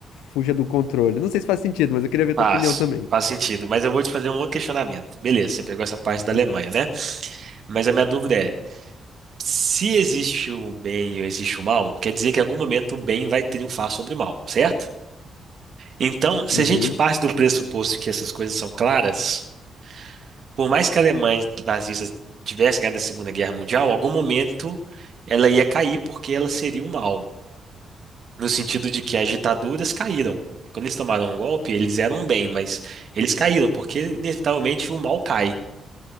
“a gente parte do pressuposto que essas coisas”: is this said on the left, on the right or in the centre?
Right